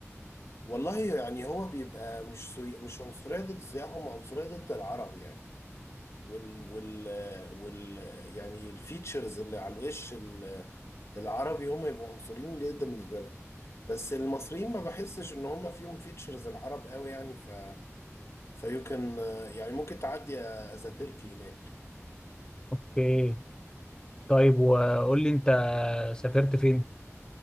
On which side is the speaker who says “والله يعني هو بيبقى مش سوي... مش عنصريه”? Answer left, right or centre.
Left